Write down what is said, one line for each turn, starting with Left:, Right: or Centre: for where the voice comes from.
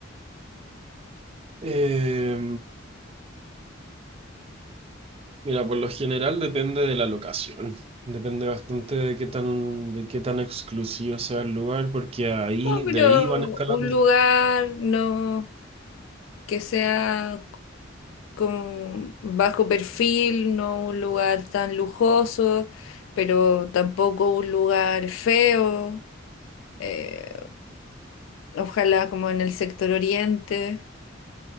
Right: Eh, Mira, por lo general depende de la locación. Depende bastante de qué tan, de qué tan exclusivo sea el lugar, porque ahí,
Left: No, pero
Right: de ahí van escalando.
Left: un lugar no que sea con bajo perfil, no un lugar tan lujoso, pero tampoco un lugar feo, eh, ojalá como en el sector oriente.